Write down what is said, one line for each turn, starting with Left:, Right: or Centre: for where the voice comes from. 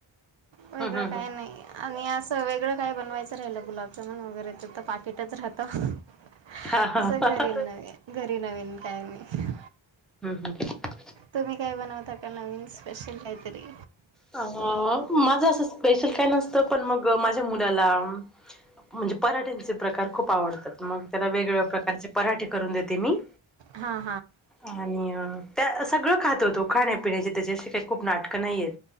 Right: वेगळं
Centre: हं हं
Right: काय
Centre: हं
Right: नाही आणि असं वेगळं काय बनवायचं राहिलं गुलाबजान वगैरे ते पाक <unintelligible> हं़असं
Centre: हा हा हं
Right: घरी नाई घरी नवीन काही नाही.
Centre: <inaudible>
Right: तुम्ही काय बनवता का नवीन स्पेशल काहीतरी?
Centre: अ माझं असं स्पेशल काय नसतं पण मग माझ्या मुलाला म्हणजे पराठ्यांचे प्रकार खूप आवडतात मग त्याला वेगवेगळ्या प्रकारचे पराठे करून देते मी.
Right: हा
Centre: आणि अं त्या सगळं खातो होतो खाण्यापिण्याची त्याच्याशी काही खूप नाटकं नाहीयेत.